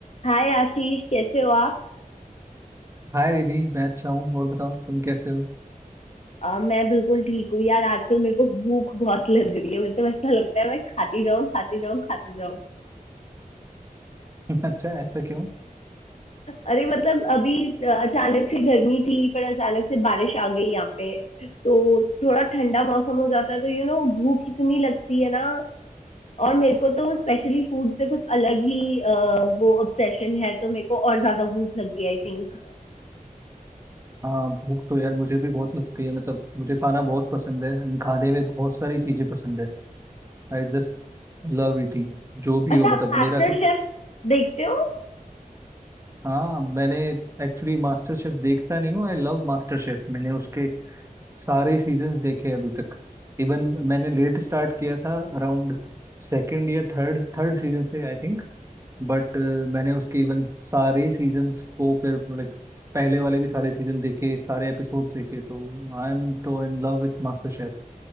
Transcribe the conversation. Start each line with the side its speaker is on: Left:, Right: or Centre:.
Left: हाय आशीष कैसे हो आप
Right: हाय रिधि मैं अच्छा हूँ और बताओ तुम कैसे हो
Left: अ, मैं बिल्कुल ठीक हूँ यार आजकल मेरे को भूख बहुत लग रही है मेरे तो ऐसा लगता है मैं खाती जाऊँ खाती जाऊँ खाती जाऊँ
Right: <laughs> अच्छा ऐसा क्यों
Left: अरे मतलब अभी अ, अचानक से गर्मी थी पर अचानक से बारिश आ गई यहाँ पे तो थोड़ा ठंडा मौसम हो जाता है तो यू नो भूख इतनी लगती है ना और मेरे को तो स्पेशली फूड से कुछ अलग ही अ, वो ऑब्सेशन है तो मेरे को और ज्यादा भूख लगती है आई थिंक
Right: हाँ भूख तो यार मुझे भी बहुत लगती है मतलब मुझे खाना बहुत पसंद है and खाने में बहुत सारी चीजें पसंद है I just love eating जो भी
Left: अच्छा
Right: हो मतलब
Left: आप मास्टर
Right: मेरा कुछ
Left: शेफ देखते हो
Right: हाँ मैंने एक्चुअली मास्टर शेफ देखता नहीं हूँ आई लव मास्टर शेफ मैंने उसके सारे सीजन्स देखे हैं अभी तक इवन मैंने लेट स्टार्ट किया था अराउंड सेकेंड या थर्ड थर्ड सीजन से आई थिंक बट मैंने उसके इवन सारे सीजन्स को फिर लाइक पहले वाले भी सारे सीजन देखे सारे एपिसोड्स देखे तो आई एम तो in love with MasterChef